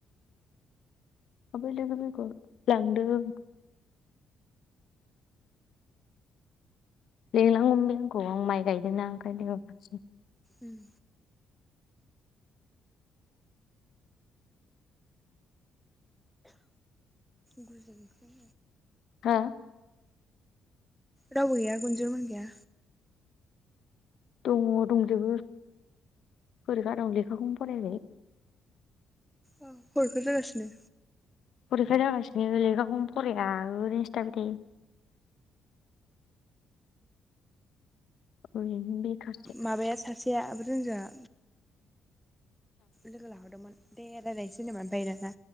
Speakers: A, on the left; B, in the centre.
A: आबै लोगो बेगर लांदों। लेंलांगौमोन बे आंखौ आं माइ गायदों ना ओंखायनो लेङाखिसै।
B: उम गुजोनखौ
A: हा?
B: रावबो गैया गुनजोनमोन गैया।
A: दङ दंजोबो। फरिखा दं लेखाखौनो फरायाखै।
B: अ फरिखा जागासिनो?
A: फरिखा जागासिनो लेखाखौनो फराया ओरैनोसो थाबाय थायो। ओरैनो बेखारसो
B: माबाया सासेया आब' रुनजुवा लोगो लाहरदोंमोन। दे रायलायनोसै होनदोंमोन ओमफाय दाना